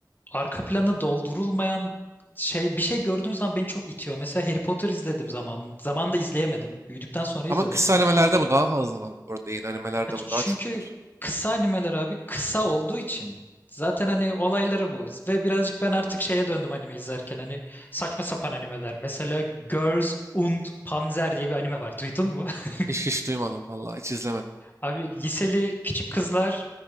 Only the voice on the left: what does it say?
arka planı doldurulmayan şey bir şey gördüğüm zaman beni çok itiyor. Mesela Harry Potter izledim zaman. Zamanında izleyemedim. Büyüdükten sonra izledim.
E, ç-
Çünkü
kısa animeler abi kısa olduğu için zaten hani olayları bu. Ve birazcık ben artık şeye döndüm anime izlerken. Hani saçma sapan animeler. Mesela Girls und Panzer diye bir anime var. Duydun mu? <laughs>
Abi liseli küçük kızlar